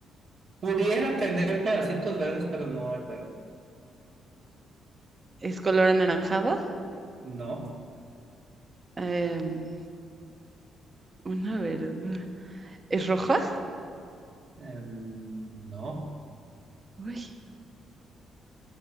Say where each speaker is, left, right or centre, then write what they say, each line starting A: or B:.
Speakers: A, on the right; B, on the right.
A: pudiera tener pedacitos verdes, pero no es verde.
B: ¿Es color anaranjada?
A: No,
B: Em, una verdura. ¿Es roja?
A: em, no.
B: Uy.